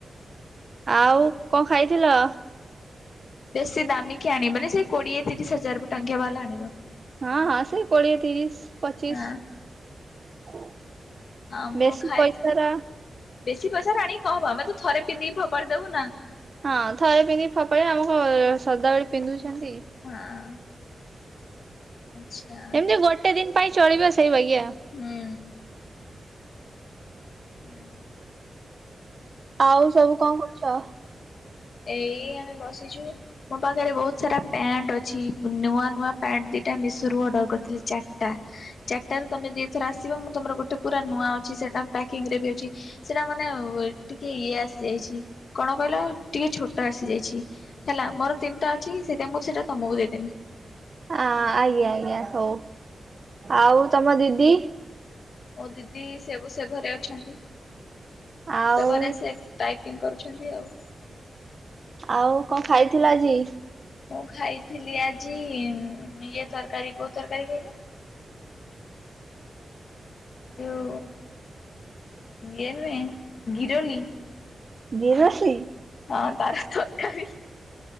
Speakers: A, on the right (about 50°); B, on the left (about 70°).
A: ଆଉ କଁ ଖାଇଥିଲ?
B: ଦେଶୀ ଦାମକିିଆ ଆଣିବନି ସେଇ କୋଡିଏ ତିରିଶ୍ ହଜାର ବ ଟଙ୍କିଆ ବାଲା ଆଣିବ।
A: ହଁ ହଁ ସେଇ କୋଡିଏ ତିରିଶ ପଚିଶ।
B: ହଁ ହଁ ମୁଁ
A: ବେଶୀ
B: ଖାଇଛି,
A: ପଇସାର
B: ବେଶୀ ପଇସା ରେ ଆଣିକି କଣ ହବ ଆମେ ତ ଥରେ ପିନ୍ଧିକି ଫୋପାଡି ଦବୁ ନା।
A: ହଁ ଥରେ ପିନ୍ଧିକି ଫୋପାଡିବା ଆମେ କଣ ସଦାବେଳେ ପିନ୍ଧୁଛନ୍ତି।
B: ହଁ। ଆଚ୍ଛା।
A: ଏମିତି ଗୋଟେ ଦିନ୍ ପାଇଁ ଚଳିବା ସେଇ ବାଗିଆ।
B: ହୁଁ ହୁଁ
A: ଆଉ ସବୁ କଣ କରୁଛ?
B: ଏଇ ଆମେ ବସିଛୁ। ମୋ ପାଖରେ ବହୁତ ସାରା ପ୍ୟାଣ୍ଟ୍ ଅଛି, ନୂଆ ନୂଆ ପ୍ୟାଣ୍ଟ୍ ଦି ଟା ମେଶୋ ରୁୁ ଅର୍ଡର କରିଥିଲି ଚାର୍ ଟା। ଚାର୍ ଟା ରୁ ତମେ ଦି ଥର ଆସିବ, ମୁଁ ତମର ଗୋଟେ ପୁରା ନୂଆ ଅ ଛି ସେଟା ପ୍ୟାକିଙ୍ଗ୍ ରେ ବି ଅଛି, ସେଟା ମାନେ ଓ-ଏ ଟିକେ ଇଏ ଆସିଯାଇଛି କଣ କହିଲ ଟିକେ ଛୋଟ ଆସିଯାଇଛି ହେଲା ମୋର ତିନିଟା ଅଛି ସେଇଥିପାଇଁ ମୁଁ ସେଇଟା ତମକୁ ଦେଇଦେମି।
A: ଅ-ଅ ଆଜ୍ଞା ଆଜ୍ଞା ହଉ, ଆଉ ତମ ଦିଦି।
B: ମୋ ଦିଦି ସେବୁ ସେ ଘରେ ଅଛନ୍ତି,
A: ଆଉ
B: ସେ ଘରେ ସେ ଟାଇପିଙ୍ଗ୍ କରୁଛନ୍ତି ଆଉ।
A: ଆଉ କଁ ଖାଇଥିଲ ଆଜି?
B: କଅ ଖାଇଥିଲି ଆଜି ଇଏ ତରକାରୀ କୋଉ ତରକାରୀ କହିଲେ। ଯଉ ଇଏ ନୁହେଁ ଗିରୋଲି।
A: ଗିରୋସି।
B: ହଁ ତାର ତରକାରି